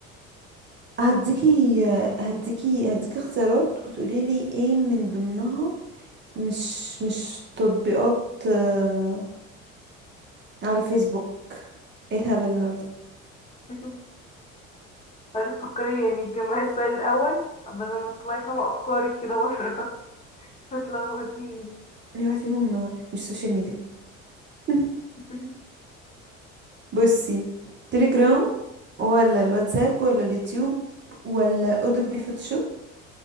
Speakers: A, on the right; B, on the left.
A: هديكي هديكي هديكي اختيارات وتقولي لي ايه من ضمنها مش مش تطبيقات آه، على الفيسبوك ايه الهبل اللي انا قلت
B: <laughs> خلاص فكري يعني تجمعي السؤال الأول بدل ما تطلعي فاهمة أفكارك كده بره <laughs> بتلخبطيني
A: يعني واحد فيهم آه، مش سوشيال ميديا <laughs>
B: <laughs>
A: بصي تليجرام ولا الواتساب ولا اليوتيوب ولا اودوبي فوتوشوب